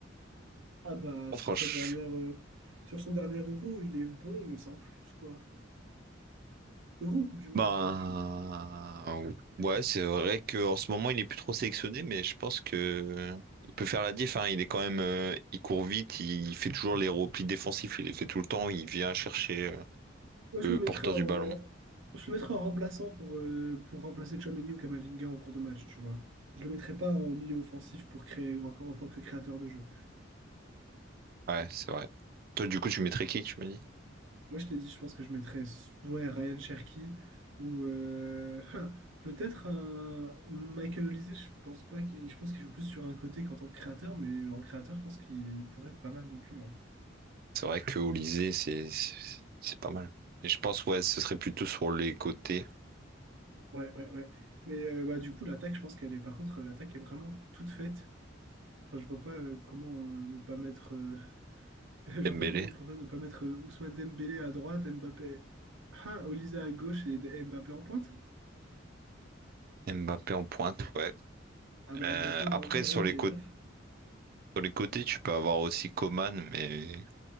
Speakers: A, on the right; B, on the right.
A: Ah bah, sur
B: Franchement,
A: sa dernière, euh, sur son dernier Euro, il est bon, mais sans plus, quoi. Euro ou Coupe du Monde,
B: Ben,
A: je sais même plus.
B: ouais, c'est vrai qu'en ce moment, il est plus trop sélectionné, mais je pense que il peut faire la diff, hein. Il est quand même, euh, il court vite, il fait toujours les replis défensifs, il les fait tout le temps, il vient chercher euh,
A: Moi,
B: le
A: je le mettrais
B: porteur
A: en,
B: du ballon.
A: je le mettrais en remplaçant pour, euh, pour remplacer Tchouaméni ou Kamavinga en cours de match, tu vois. Je le mettrais pas en milieu offensif pour créer encore en tant que créateur de jeu.
B: Ouais, c'est vrai. Toi, du coup, tu mettrais qui, tu me dis?
A: Moi, je t'ai dit, je pense que je mettrais ouais, Ryan Cherki ou euh, hein, peut-être un Michael Olise. Je pense pas qu'il, je pense qu'il joue plus sur un côté qu'en tant que créateur, mais en créateur, je pense qu'il pourrait être pas mal non plus. hein.
B: C'est vrai que Olysée, c'est, c'est c'est pas mal. Mais je pense, ouais, ce serait plutôt sur les côtés,
A: Ouais, ouais, ouais. Mais euh, bah, du coup, l'attaque, je pense qu'elle est. Par contre, l'attaque est vraiment toute faite. Enfin, je vois pas euh, comment euh, ne pas mettre euh, <laughs> Je vois
B: Dembélé,
A: pas comment on pourrait ne pas mettre euh, Ousmane Dembélé à droite, Mbappé, ah, Olisa à gauche et et Mbappé en pointe.
B: Mbappé en pointe, ouais.
A: Ah bah
B: Euh,
A: Mbappé aujourd'hui
B: après,
A: au
B: sur
A: Real,
B: les
A: il est
B: côtés,
A: neuf.
B: sur les côtés, tu peux avoir aussi Coman, mais